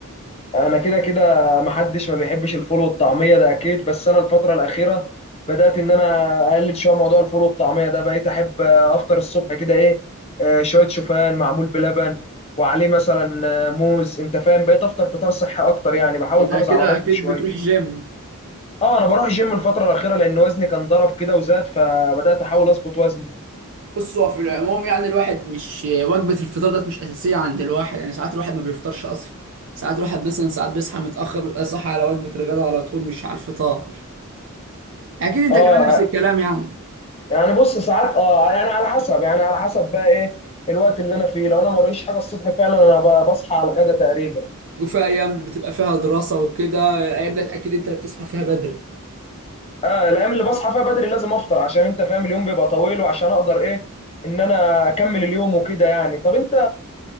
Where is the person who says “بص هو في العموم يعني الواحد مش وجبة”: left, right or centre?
Right